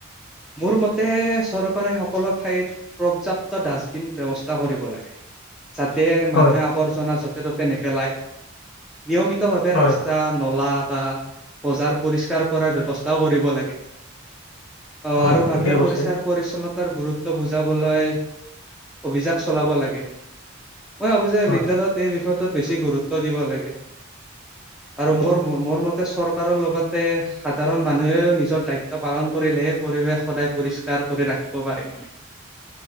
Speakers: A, in the centre; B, on the left (about 60°).
A: মোৰ মতে চৰকাৰে সকলো ঠাইত- পৰ্যাপ্ত ডাষ্টবিন ব্যৱস্থা কৰিব লাগে। যাতে মানুহে
B: হয়,
A: আৱৰ্জনা য'তে ত'তে নেপেলায়। নিয়মিত ভাৱে
B: হয়,
A: ৰাস্তা নলা বা বজাৰ পৰিষ্কাৰ কৰাৰ ব্যৱস্থাও কৰিব লাগে। অ
B: হয়,
A: আৰু মানুহে
B: ঠিকে কৈছে।
A: পৰিষ্কাৰ- পৰিচ্ছন্নতাৰ গুৰুত্ব বুজাবলৈ অভিযান চলাব লাগে। মই ভাবো যে,
B: হয়,
A: বিদ্যালয়ত এই বিষয়টোত বেছি গুৰুত্ব দিব লাগে। আৰু
B: হয়,
A: মোৰ মোৰ মতে চৰকাৰৰ লগতে সাধাৰণ মানুহেও নিজৰ দায়িত্ব পালন কৰিলেহে- পৰিৱেশ সদায় পৰিষ্কাৰ কৰি ৰাখিব পাৰিম আমি।